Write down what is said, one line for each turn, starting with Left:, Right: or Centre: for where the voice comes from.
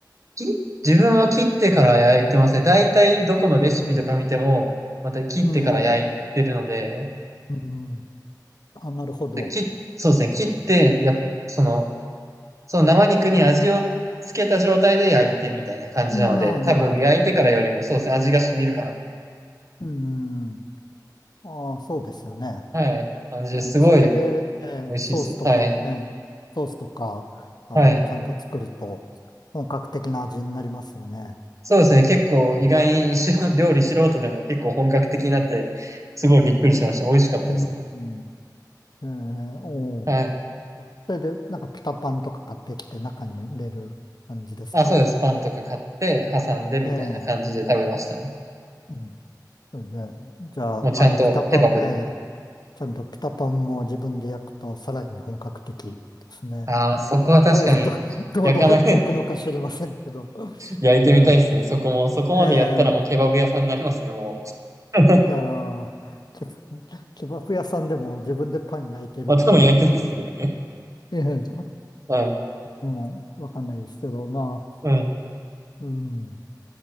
Right: き自分は切ってから焼いてますね。だいたいどこのレシピとか見ても、
Left: うん、
Right: また切ってから焼いてるので、
Left: うん、うん。あ、なるほど。
Right: で、切、そうですね、切って、や、その、その生肉に味をつけた状態で焼いてみたいな感じなので、
Left: うん、あ、
Right: 多分焼いてからよりもそうですね、
Left: なるほど。うん、
Right: 味が染みるか
Left: うん。ああ、そうですよね。
Right: な。はい。感じですすごい
Left: うん、それで、ええ、
Right: 美味しいですよ。
Left: ソースとか、
Right: はい。
Left: ええ、ソースとか、あの、
Right: はい。
Left: ちゃんと作ると本格的な味になりますよね。
Right: そうですね、結構意外にしろ料理素人でも結構本格的になって、
Left: ね
Right: すごいびっくりしました。美味しかったですね。
Left: うん。ええ、おお。
Right: はい。
Left: それで、なんかピタパンとか買ってきて中に入れる感じですか。
Right: あ、そうです。パンとか買って、挟んでみたいな感じで食べましたね。
Left: ええ、うん。それで、じゃあ、
Right: もうちゃんとケバブで。
Left: あの、ピタパン、ええ、ちゃんとピタパンも自分で焼くとさらに本格的ですね。
Right: ああ、そこは確かに、
Left: いや、ど、どう、
Right: 焼かない
Left: どうやって焼くのか知りませんけど。
Right: <laughs> 焼いてみたいですね。
Left: うん。
Right: そこも、そこまでやったらもうケバブ屋さんになりますね、
Left: ええ、
Right: もう。
Left: いやー、けケバフ屋さんでも自分でパン焼いてるかというと、
Right: 頭も焼いてないですけどね。
Left: ええ、
Right: <laughs> はい。
Left: ええわかんないですけど、まあ、
Right: うん。
Left: うん、